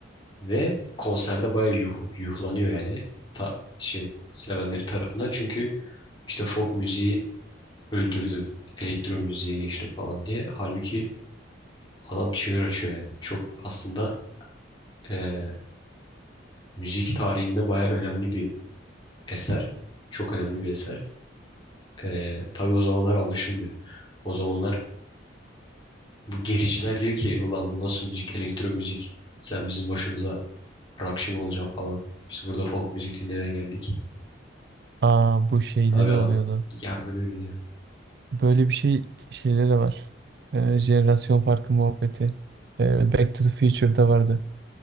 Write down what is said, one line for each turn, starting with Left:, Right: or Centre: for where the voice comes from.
Left: ve konserde bayağı yuh- yuhlanıyor yani. Ta, şey sevenleri tarafından çünkü İşte folk müziği öldürdün, elektro müziğe geçtin falan diye. Halbuki adam çığır açıyor yani. Çok aslında eee, müzik tarihinde baya önemli bir eser. Çok önemli bir eser. Eee tabii o zamanlar anlaşılmıyor. O zamanlar bu gericiler diyor ki ulan bu nasıl müzik, elektro müzik. Sen bizim başımıza rockçı mı olacaksın falan. Biz burada folk müzik dinlemeye geldik.
Right: Aa bu şeyde
Left: Tabii
Right: de
Left: adam
Right: oluyordu.
Left: yardırıyor gidiyor.
Right: Böyle bir şey şeyde de var. Ee, jenerasyon farkı muhabbeti. Ee, Back to the Future'da vardı.